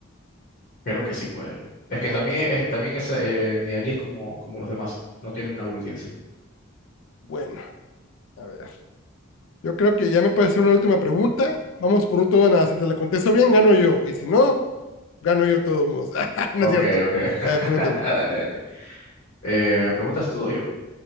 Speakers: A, on the left; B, on the left.
A: Creo que sí puede. Es que
B: Ah,
A: también,
B: entonces.
A: es- también es, eh, Nidalee es como, como los demás, no tiene una ulti en sí.
B: Bueno, a ver. Yo creo que ya me puede hacer una última pregunta. Vamos por un todo o nada. Si te la contesto bien, gano yo. Y si no, gano yo todos modos. <laughs> no
A: Ok,
B: es cierto.
A: ok. <laughs>
B: Eh, pregúntame.
A: Dale, dale. Eh, ¿me preguntas tú o yo?